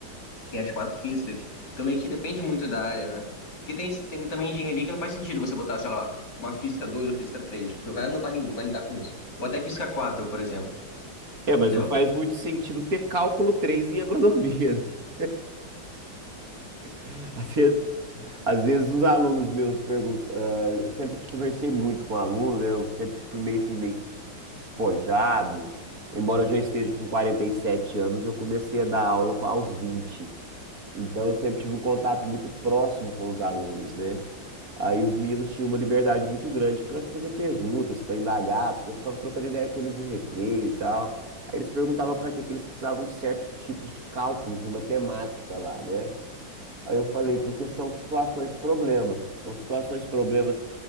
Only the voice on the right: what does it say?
É, mas
não faz muito sentido ter cálculo 3 em agronomia, né? <laughs> Às vezes Às vezes os alunos meus perguntam, ah, eu sempre conversei muito com aluno, né? eu sempre fui meio assim, meio que ti- tipo, despojado. Embora eu já esteja com 47 anos, eu comecei a dar aula com- aos 20. Então eu sempre tive um contato muito próximo com os alunos, né? Aí os meninos tinham uma liberdade muito grande para fazer perguntas, para indagar, porque eu ficava trocando ideia com eles no recreio e tal. Aí eles perguntavam para que que eles precisavam de certos tipos de cálculos, de matemática lá, né? Aí eu falei, porque são situações problema. Então, situações problemas,